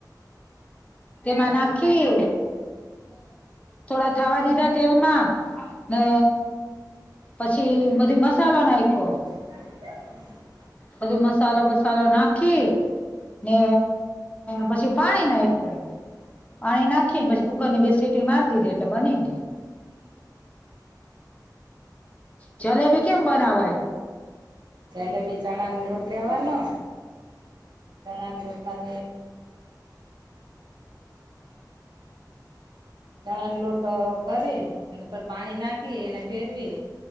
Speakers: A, on the left; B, on the right.
A: તેમાં નાખી થોડા થાવા દીધા તેલમાં ને પછી બધી મસાલો નાખો
B: <unintelligible>
A: બધું મસાલો બસાલો નાખી ને પછી પાણી નાખ પાણી નાખીને પછી કુકર ની બે સીટી મારી દી દે લ બને ગ જલેબી કેમ બનાવાય
B: જેલેબી ચણા ન લોટ લેવાનો ચણા ન લોટ માં ત લોટો કરી પછ પાણી નાખી અનેને ફેરવી